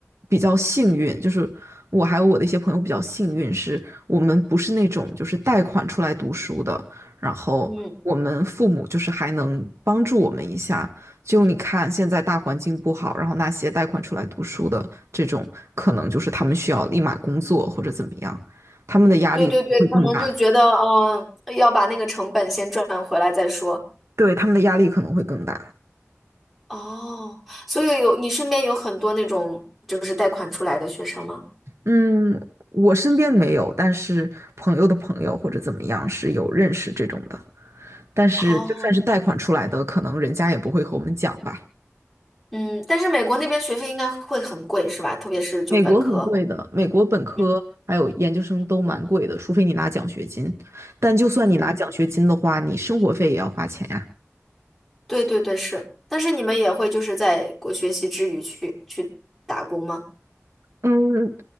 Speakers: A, on the right; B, in the centre.
A: 比较幸运，就是我还有我的一些朋友比较幸运，是我们不是那种就是贷款出来读书的，然后我们父母就是还能帮助我们一下。
B: 嗯，
A: 就你看现在大环境不好，然后那些贷款出来读书的这种，可能就是他们需要立马工作或者怎么样，他们的压力会更大。
B: 对对对，可能就觉得，嗯、要把那个成本先赚回来再说。
A: 对，他们的压力可能会更大。
B: 哦，所以有你身边有很多那种就是贷款出来的学生吗？
A: 嗯，我身边没有，但是朋友的朋友或者怎么样是有认识这种的。但是就算是贷款出来的，
B: 哦。
A: 可能人家也不会和我们讲吧。
B: 嗯，但是美国那边学费应该会很贵，是吧？特别是就本科。
A: 美国很贵的，美国本科还有研究生都蛮贵的，
B: 嗯，
A: 除非你拿奖学金。但就算你拿奖学金的话，
B: 嗯，
A: 你生活费也要花钱呀。
B: 对对对，是。但是你们也会就是在国学习之余去去打工吗？
A: 嗯，